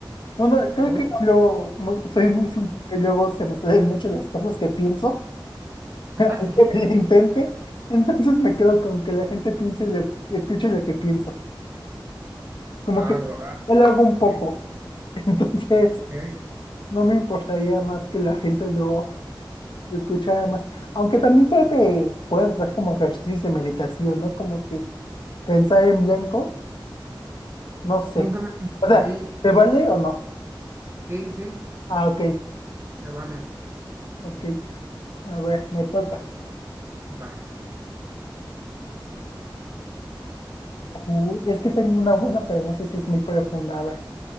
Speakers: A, on the left; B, on the right.
A: bueno, creo
B: Oh,
A: que hablo muy, soy muy sincero y luego se me salen mucho las cosas que pienso, <laughs> aunque
B: <laughs> ah, sí.
A: me lo intente, entonces me quedo con que la gente piense lo, escuche lo que pienso. Como
B: Ah,
A: que
B: guau,
A: yo lo hago un poco,
B: ok,
A: <laughs> entonces
B: ok.
A: no me importaría más que la gente lo... se escucha más. Aunque también creo que puedes hacer como ejercicios de meditación, ¿no? Como que pensar en blanco, no sé.
B: Nunca me...
A: O
B: Sí,
A: sea, ¿te vale o no?
B: sí, sí, sí.
A: Ah, ok,
B: Se vale.
A: ok. A ver, me toca.
B: Va.
A: Uh, es que tengo una buena, pero no sé si es muy profunda. A ver,